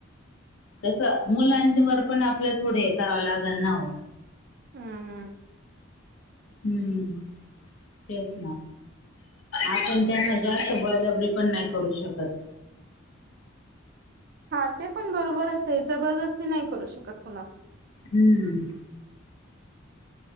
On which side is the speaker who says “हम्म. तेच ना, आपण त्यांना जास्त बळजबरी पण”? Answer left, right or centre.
Left